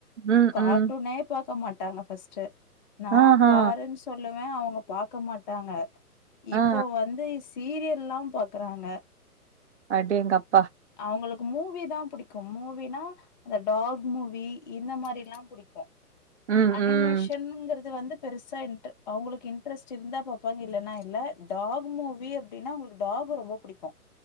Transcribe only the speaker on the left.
கார்டூனே
பாக்க மாட்டாங்க ஃபஸ்ட்டு நா
பாருன் சொல்லுவே அவுங்க பாக்க மாட்டாங்க
இப்போ வந்து ஸ் சீரியல்லா பாக்குறாங்க
அவுங்களுக்கு மூவி தா புடிக்கு மூவினா அந்த டாக் மூவி இந்த மாரில்லா புடிக்கு
அனிமேஷ
ஷன்ங்கறது வந்து பெருசா இன்ட்டு அவங்களுக்கு இன்ட்ரெஸ்ட் இருந்தா பாப்பாங்க இல்லன்னா இல்ல டாக் மூவி அப்டின்னா அவுங்களுக்கு டாக்க ரொம்ப புடிக்கு